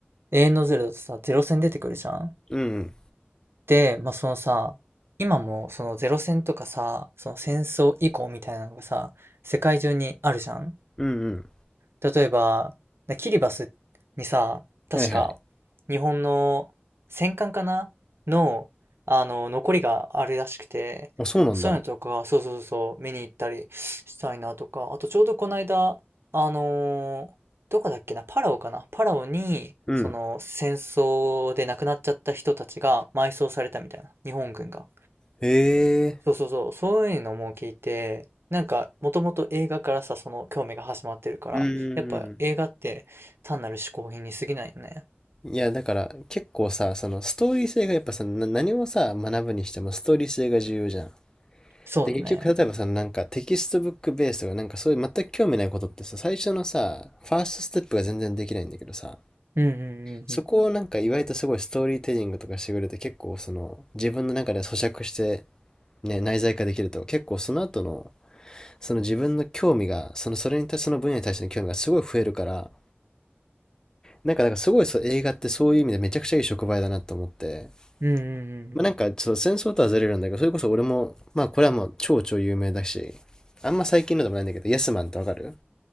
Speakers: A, on the right; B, on the left.
A: 永遠のゼロだとさ、ゼロ戦出てくるじゃん。
B: うんうん。
A: で、まあ、そのさ、今もそのゼロ戦とかさ、その戦争以降みたいなのがさ、世界中にあるじゃん。
B: うん
A: 例えば、なキリバスにさ、確か
B: うん。はいはい。
A: 日本の戦艦かなの、あの、残りがあるらしくて、
B: あ、そうなんだ。
A: そういうのとか、そうそうそうそう、見に行ったりしたいなとか、あとちょうどこの間、あのーどこだっけな、パラオかなパラオに、
B: うん。
A: その戦争で亡くなっちゃった人たちが埋葬されたみたいな、日本軍が。
B: へえ。
A: そうそうそう、そういうのも聞いて、なんか、もともと映画からさ、その興味が始まってるから、
B: うん。
A: やっぱ映画って単なる嗜好品に過ぎないよね。
B: いや、だから結構さ、そのストーリー性がやっぱさ、な何をさ、学ぶにしてもストーリー性が重要じゃん。
A: そうだね。
B: で、結局、例えばさ、なんかテキストブックベースとか、なんかそういう全く興味ないことってさ、最初のさ、ファーストステップが全然できないんだけどさ、
A: うんうんう
B: そこをなんか意外とすごいストーリーテリングとかしてくれて、
A: んうん。
B: 結構その自分の中で咀嚼して、ね、内在化できると、結構その後の、その自分の興味が、そのそれに対して、その分野に対しての興味がすごい増えるから、なんか、だからすごいそう映画ってそういう意味でめちゃくちゃいい触媒だなと思って、
A: うんうんうんうん。
B: まあ、なんか、そう、戦争とはずれるんだけど、それこそ俺も、まあ、これはもう超超有名だし、あんま最近のでもないんだけど、イエスマンってわかる